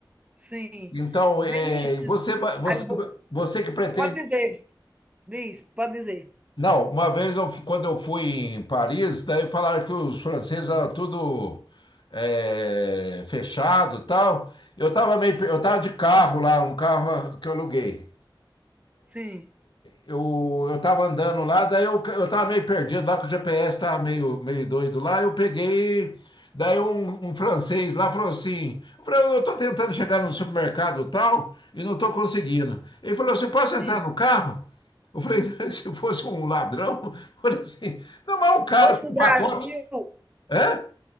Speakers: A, on the right; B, on the left.
A: Sim.
B: Então,
A: Vinícius,
B: é, você, vai- você,
A: aí eu vou
B: você que pretende
A: pode dizer, diz, pode dizer.
B: Não, uma vez eu fu- quando eu fui em Paris, daí falaram que os franceses eram tudo eh, fechado, e tal. Eu tava meio, pe- eu tava de carro lá, um carro que eu aluguei.
A: Sim,
B: Eu, eu tava andando lá, daí eu, eu tava meio perdido lá, que o GPS tava meio, meio doido lá. Eu peguei, daí um, um francês lá falou assim: eu falei, "Eu tô tentando chegar no supermercado tal e não tô conseguindo. Ele falou assim: Posso
A: sim.
B: entrar no carro? Eu falei: <laughs> Se fosse um ladrão, eu falei assim: Não, mas é um cara
A: Se fosse
B: com
A: no
B: pacote.
A: Brasil
B: Hã?